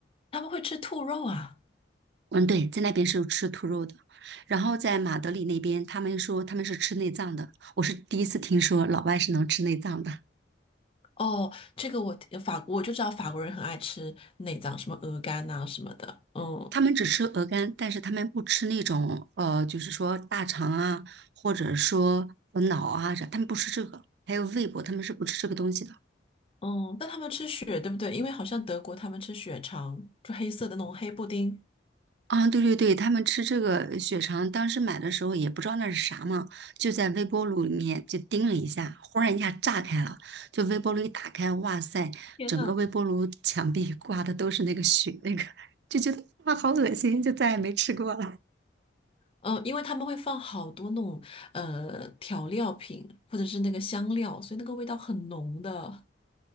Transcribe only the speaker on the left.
他们会吃兔肉啊。
哦，这个我法国我就知道法国人很爱吃内脏，什么鹅肝啊什么的。嗯
嗯，但他们吃血对不对？因为好像德国他们吃血肠，就黑色的那种黑布丁。
天呐，
嗯，因为他们会放好多那种呃调料品或者是那个香料，所以那个味道很浓的。